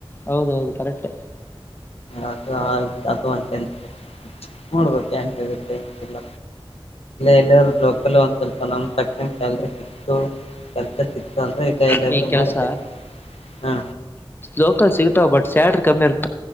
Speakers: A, on the left; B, on the left.
A: ಹೌದೌದು ಕರೆಕ್ಟ್
B: ಅದು ಆಯ್ತು ಅದು ಅಂತನ್ ನೋಡ್ಬೇಕು ಎಂತಗುತ್ತೆ ಇಲ್ಲ ಎಲ್ಲ ಲೋಕಲ್ ಒಂದ್ ಸ್ವಲ್ಪ ನಮ ಕಟ್ಲ್ರಿ ಸಿಕ್ತು ಕೆಲ್ಸ ಸಿಕ್ತು ಅಂದ್ರೆ ಇಲ್ಲ ಎಲ್ಲಾದ್ರೂ
A: ನೀ ಕೆಲ್ಸ
B: ಮಾಡ್ತೇನೆ ಹಾ
A: ಲೋಕಲ್ ಸಿಗತಾವ ಬಟ್ ಸ್ಯಾಲ್ ಕಮ್ಮಿ ಇರ್ತ